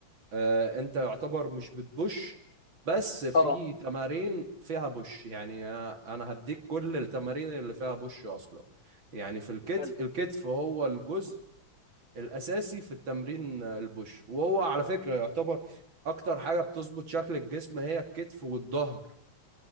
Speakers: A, on the right (about 70°); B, on the left (about 40°).
A: آه انت يعتبر مش بتبوش بس في
B: اه آه.
A: تمارين فيها بوش يعني انا هديك كل التمارين اللي فيها بوش اصلا يعني في الكتف
B: حلو
A: الكتف هو الجزء الاساسي في التمرين البوش وهو على فكرة يعتبر اكتر حاجة بتظبط شكل الجسم هي الكتف والظهر